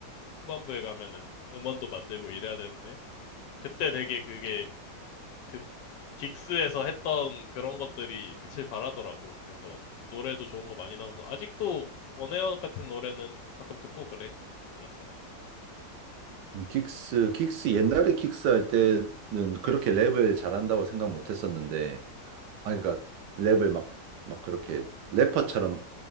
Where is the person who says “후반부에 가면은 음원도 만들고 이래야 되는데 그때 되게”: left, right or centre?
Left